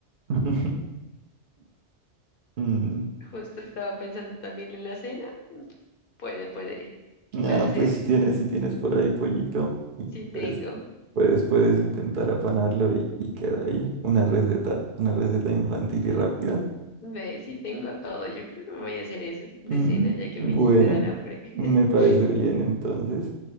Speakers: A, on the right; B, on the left.
A: <laughs> Mm,
B: Justo estaba pensando también en la cena. Mm, Puede, puede, puede
A: Ah,
B: ser.
A: pues si tienes, si tienes por ahí pollito, y
B: Si
A: puedes,
B: tengo,
A: puedes, puedes intentar apanarlo y, y queda ahí. Una receta, una receta infantil y rápida.
B: ve, si tengo todo. Yo creo que me voy a hacer eso de
A: Mm,
B: cena ya que
A: bueno,
B: me hiciste dar hambre. <laughs>
A: me parece bien entonces.